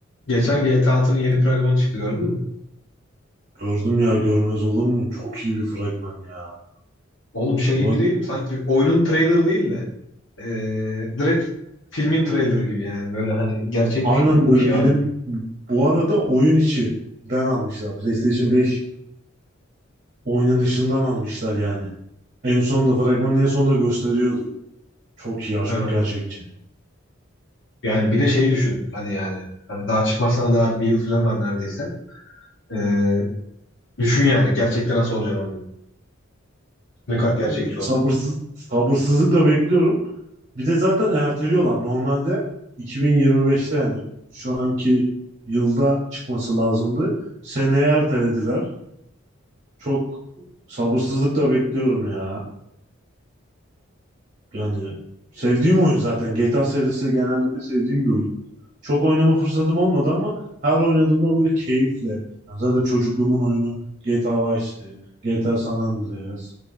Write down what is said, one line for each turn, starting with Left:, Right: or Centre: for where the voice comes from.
Left: Geçen GTA altının yeni fragmanı çıktı gördün mü?
Right: Gördüm ya görmez olur muyum? Çok iyi bir fragman ya.
Left: Oğlum şey
Right: Ulan
Left: gibi değil mi? Sanki oyunun trailerı değil de eee, direkt filmin trailerı gibi yani. Böyle hani gerçek
Right: aynen
Left: bir şey. Çok
Right: böyle
Left: iyi
Right: film
Left: abi.
Right: bu arada oyun içinden almışlar. PlayStation 5 oynanışından almışlar yani. En sonunda fragmanın en sonunda gösteriyordu. Çok iyi ya çok
Left: Evet.
Right: gerçekçi.
Left: Yani bir de şeyi düşün. Hani yani hani daha çıkmasına daha bir yıl falan var neredeyse. Eee, düşün yani gerçekten nasıl olacağını oyunun. Ne
Right: O,
Left: kadar gerçekçi olacak.
Right: sabırsız, sabırsızlıkla bekliyorum. Bir de zaten erteliyorlar. Normalde 2025'te yani şu anki yılda çıkması lazımdı. Seneye ertelediler. Çok sabırsızlıkla bekliyorum ya. Yani sevdiğim oyun zaten. GTA serisi genellikle sevdiğim bir oyun. Çok oynama fırsatım olmadı ama her oynadığımda böyle keyifle. Yani zaten çocukluğumun oyunu GTA Vice'ti. GTA San Andreas.